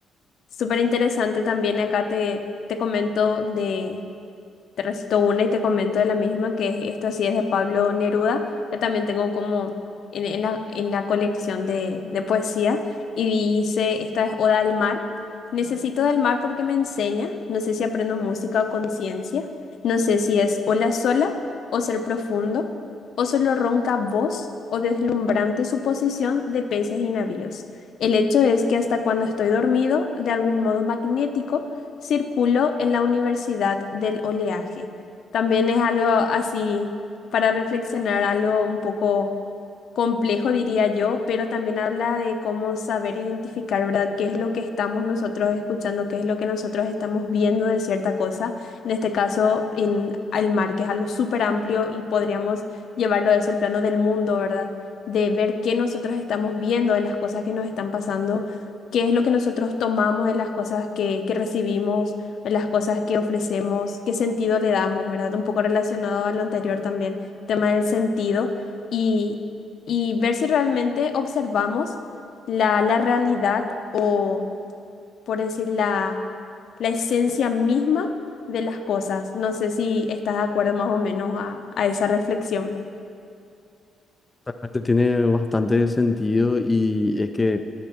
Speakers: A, on the left; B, on the left.
A: Súper interesante también acá te, te comento de, te recito una y te comento de la misma, que es- esta sí es de Pablo Neruda. Ya también tengo como en, en la, en la colección de, de poesía. Y dice, esta es Oda al mar. Necesito del mar porque me enseña. No sé si aprendo música o conciencia. No sé si es ola sola o ser profundo. O solo ronca voz o deslumbrante suposición de peces y navíos. El hecho es que hasta cuando estoy dormido, de algún modo magnético, circuló en la Universidad del Oleaje. También es algo así para reflexionar, algo un poco complejo, diría yo, pero también habla de cómo saber identificar, ¿verdad?, qué es lo que estamos nosotros escuchando, qué es lo que nosotros estamos viendo de cierta cosa. En este caso, en el mar, que es algo súper amplio y podríamos llevarlo a eso al plano del mundo, ¿verdad? De ver qué nosotros estamos viendo de las cosas que nos están pasando qué es lo que nosotros tomamos de las cosas que, que recibimos, de las cosas que ofrecemos, qué sentido le damos, ¿verdad? Un poco relacionado a lo anterior también, tema del sentido y, y ver si realmente observamos la, la realidad o, por decir, la, la esencia misma de las cosas. No sé si estás de acuerdo más o menos a, a esa reflexión.
B: Realmente tiene bastante sentido y es que